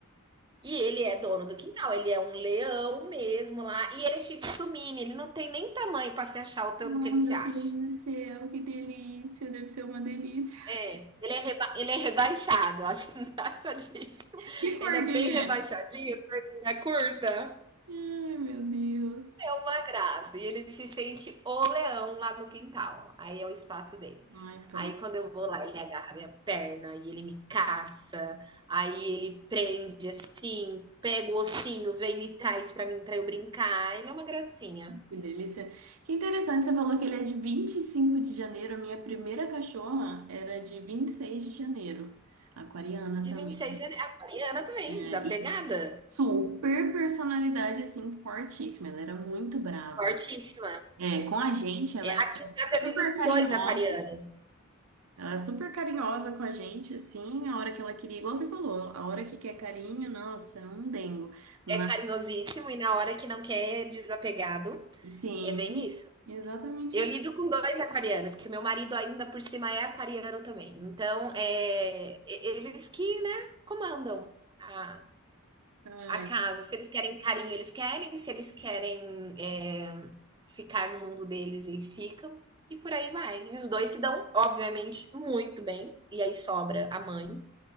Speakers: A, on the right (about 20°); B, on the right (about 80°).
A: E ele é dono do quintal, ele é um leão mesmo lá. E ele é shih tzu mini, ele não tem nem tamanho para se achar o tanto
B: Ai,
A: que ele
B: meu
A: se acha.
B: Deus do céu, que delícia! Deve ser uma delícia. <laughs>
A: É, ele é, reba- ele é rebaixado, eu acho <laughs> engraçadíssimo.
B: Que cor
A: Ele é bem
B: que ele
A: rebaixadinho,
B: é?
A: as perninhas curtas.
B: Ai, meu Deus.
A: é uma graça. E ele se sente o leão lá no quintal. Aí é o espaço dele.
B: Ai, pronto,
A: Aí quando eu vou lá, ele agarra minha perna e ele me caça. Aí ele prende assim, pega o ossinho, vem e traz pra mim pra eu brincar. Ele é uma gracinha.
B: que delícia. Que interessante, você falou que ele é de 25 de janeiro. A minha primeira cachorra era de 26 de janeiro, aquariana
A: De
B: também.
A: 26 de janeiro. Aquariana também,
B: É,
A: desapegada.
B: e super personalidade, assim, fortíssima. Ela era muito brava.
A: Fortíssima.
B: É, com a gente, ela
A: É, aqui
B: era
A: em casa
B: super
A: eu lido com
B: carinhosa.
A: dois aquarianos.
B: Ela é super carinhosa com a gente, assim, a hora que ela queria, igual você falou, a hora que quer carinho, nossa, é um dengo. Mas
A: É carinhosíssimo e na hora que não quer é desapegado.
B: sim,
A: É bem isso.
B: exatamente
A: Eu
B: assim.
A: lido com dois aquarianos, que meu marido ainda por cima é aquariano também. Então, é, e- eles que, né, comandam a,
B: Ai,
A: a casa. Se eles querem carinho, eles querem. Se eles querem é, ficar no mundo deles, eles ficam. E por aí vai. E os dois se dão, obviamente, muito bem. E aí sobra a mãe,